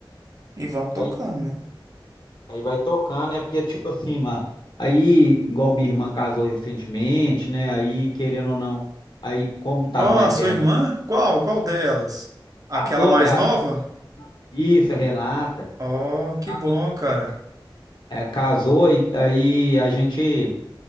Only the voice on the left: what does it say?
aí
Aí vai tocando, né? Porque, tipo assim, mano, aí, igual minha irmã casou recentemente, né? Aí, querendo ou não, aí, como tá
mais perto
da.
Casou,
Beata.
Isso, a Renata.
Casou.
É, é, casou, e aí a gente,